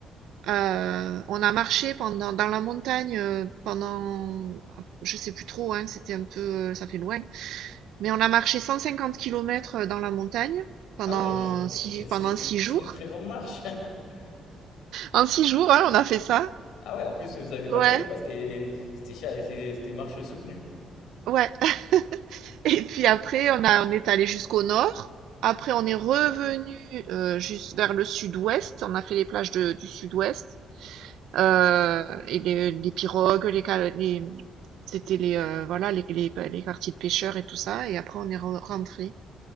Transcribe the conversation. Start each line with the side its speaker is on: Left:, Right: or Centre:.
Right: Heu, on a marché pendant dans la montagne, heu, pendant je sais plus trop, hein, c'était un peu, ça fait loin, mais on a marché 150 kilomètres, euh, dans la montagne pendant
Left: Ah oui, <laughs> c'était
Right: six,
Left: c'était-
Right: pendant six jours.
Left: c'était une très longue marche. <laughs>
Right: En six jours, hein, on a fait ça.
Left: Ah ouais, en plus vous avez pas
Right: Ouais.
Left: traîné quoi, c'était c'était cha- c'était c'était marche soutenue.
Right: Ouais. <laughs> Et puis après, on a, on est allé jusqu'au nord. Après, on est revenu euh, juste vers le sud-ouest. On a fait les plages de- du sud-ouest euh, et les, les pirogues, les, cal- les- c'était les euh, voilà les, les, les quartiers de pêcheurs et tout ça. Et après, on est re- rentré